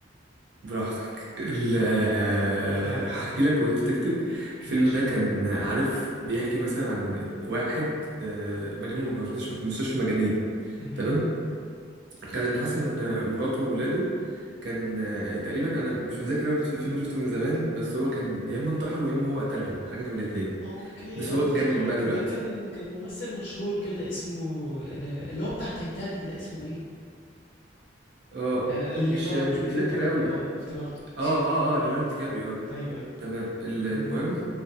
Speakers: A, on the right; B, on the left.
A: براحتك ال... آه،
B: ها
A: هحكي لك وانت تكتب الفيلم
B: ماشي
A: ده كان عارف بيحكي مثلا عن واحد آه مجنون هو في مستشفى في مستشفى مجانين
B: مهم.
A: تمام كان اللي حصل ان مراته وولاده كان آه، تقريبا انا مش متذكر اول الفيلم شفته من زمان بس هو كان يا اما انتحروا يا اما هو قتلهم حاجه من الاثنين
B: اوكي
A: بس
B: انا
A: هو
B: افتكرت
A: اتجنن بقى دلوقتي
B: ده كان كان ممثل مشهور كده اسمه ال- اللي هو بتاع تايتانيك ده اسمه ايه
A: اه
B: آه ليوناردو
A: مش مش
B: ليوناردو
A: متذكر قوي
B: اه افتكرته
A: اه
B: سوري
A: اه اه ليوناردو
B: مم.
A: دي كابريو اه
B: ايوه ايوه
A: تمام ال- المهم
B: مهم.